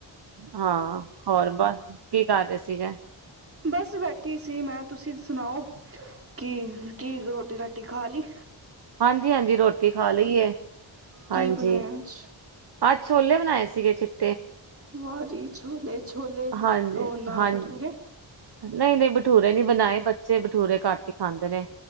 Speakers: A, on the right; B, on the right.
A: ਹਾਂ ਹੋਰ ਬਹ। ਕੀ ਸੀਗਾ।
B: ਬਸ ਬੈਠੀ ਸੀ ਮੈਂ, ਤੁਸੀਂ ਸੁਣਾਓ? ਕੀ ਕੀ ਗ ਰੋਟੀ ਰਾਟ ਟੀ ਖਾ ਲੀ।
A: ਹਾਂਜੀ ਹਾਂਜੀ ਰੋਟੀ ਖਾ ਲਈ ਏ। ਹਾਂਜੀ,
B: ਕੀ ਬਣਾਇਆ ਅੱਜ
A: ਅੱਜ ਛੋਲੇ ਬਣਾਏ ਸੀਗੇ, ਚਿੱਟ
B: ਵਾਹ ਜੀ ਛੋਲੇ। ਛੋਲੇ
A: ਹਾਂਜੀ
B: ਉਹ ਨਾਲ
A: ਹਾਂਜੀ,
B: ਭਟੂਰੇ
A: ਨਹੀਂ ਨਹੀਂ ਬਠੂਰੇ ਨੀ ਬਣਾਏ। ਬੱਚੇ ਬਠੂਰੇ ਘੱਟ ਹੀ ਖਾਂਦੇ ਨੇ।